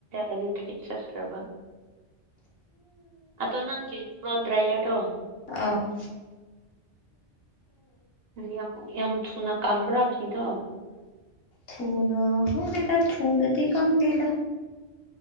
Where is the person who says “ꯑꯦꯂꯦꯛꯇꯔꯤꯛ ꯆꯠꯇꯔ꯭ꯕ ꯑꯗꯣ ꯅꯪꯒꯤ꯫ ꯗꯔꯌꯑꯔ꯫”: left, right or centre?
Right